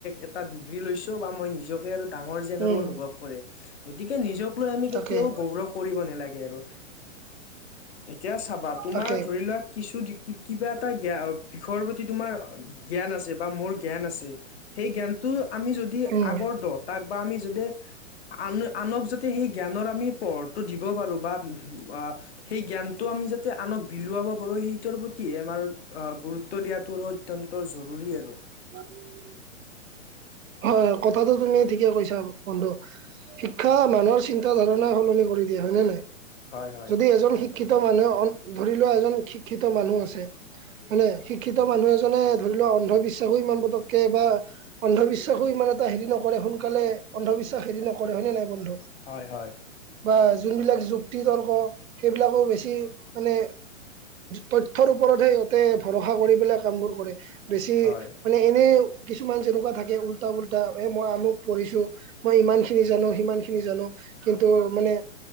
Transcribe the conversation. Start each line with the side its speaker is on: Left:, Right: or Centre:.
Left: এটা ডিগ্ৰী লৈছো বা মই নিজকে আৰু ডাঙৰ যেন আৰু
Right: উম
Left: অনুভৱ কৰে গতিকে নিজক লৈ আমি কেতিয়াও
Right: তাকে
Left: গৌৰৱ কৰিব নালাগে আৰু এতিয়া চাবা তোমাৰ
Right: তাকে
Left: ধৰি লোৱা কিছু ড্ৰী কিবা এটা জ্ঞা বিষয়ৰ প্ৰতি তোমাৰ জ্ঞান আছে বা মোৰ জ্ঞান আছে সেই জ্ঞানটো আমি যদি যদি
Right: উম
Left: আগৰ দহটাক বা আমি যদি আন আনক যদি সেই জ্ঞানৰ আমি পোহৰটো দিব পাৰো বা অ সেই জ্ঞানটো আমি যাতে আনক বিলোৱাব পাৰো সেই গুৰুত্ব প্ৰতিহে আমাৰ গুৰুত্ব দিয়াটোও আৰু অত্যন্ত জৰুৰী আৰু
Right: <inaudible> হয় কথাটো তুমি ঠিকে কৈছা বন্ধু শিক্ষা মানুহৰ চিন্তা ধাৰণা সলনি কৰি দিয়ে হয়নে নাই
Left: হয় হয়
Right: যদি এজন শ শিক্ষিত মানুহ হ'ল ধৰি লোৱা এজন শিক্ষিত মানুহ আছে হয়নে শিক্ষিত মানুহ এজনে ধৰি লোৱা অন্ধবিশ্বাসো ইমান পতককে বা অন্ধবিশ্বাস <unintelligible> ইমান এটা হেৰি নকৰে সোনকালে অন্ধবিশ্বাস হেৰি নকৰে হয়নে নাই বন্ধু
Left: হয়, হয়।
Right: বা যোনবিলাক যুক্তি তৰ্ক, সেইবিলাকো বেছি মানে তথ্যয়ৰ ওপৰতহে ইহঁতে ভৰসা কৰি পেলাই কামবোৰ কৰে। বেছি
Left: হয়
Right: মানে এনে, কিছুমান যেনেকুৱা থাকে উলতা ফুলটা, এ মই আমুক পঢ়িছো, মই ইমান খিনি জানো, সিমান খিনি জানো কিন্তু মানে